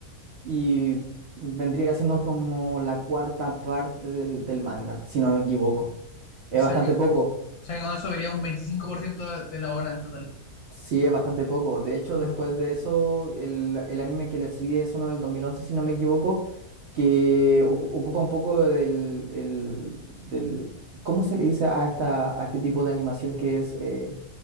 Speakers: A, on the right; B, on the left.
A: y vendría siendo como la cuarta parte del, del manga, si no me equivoco.
B: O
A: Es
B: sea
A: bastante
B: que,
A: poco.
B: o sea que con eso vería un 25% de, de la obra en total.
A: Sí, es bastante poco. De hecho,
B: Ah,
A: después de eso, el, el anime que le sigue es uno del dos mil once si no me equivoco, que o- ocupa un poco del, el- del... ¿Cómo se le dice a, esta, a este tipo de animación que es eh,